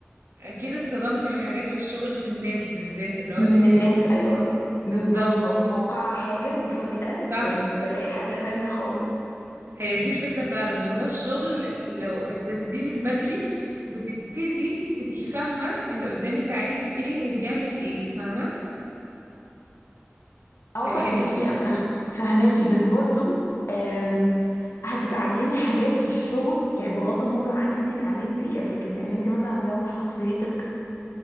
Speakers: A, on the right (about 65°); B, on the left (about 75°).
A: اكيد اتصدمتي من حاجات في الشغل في الناس بالذات اللي هو
B: من
A: انت بتبقي
B: الناس ايوه
A: بالظبط
B: بالظبط ببقى متوقعة حاجة وفجأة
A: صح
B: بلاقي حاجة تانية خالص
A: هي دي الفكره فعلا ان هو الشغل لو ابتديتيه من بدري بتبتدي تبقي فاهمه اللي قدامك عايز ايه وبيعمل ايه فاهمه
B: اه
A: لكن
B: فهماكي افهم فهماكي بس برضو أم، هتتعلمي حاجات في الشغل يعني بغض النظر عن انتي اتعلمتي ايه قبل كده يعني انتي مثلا لو شخصيتك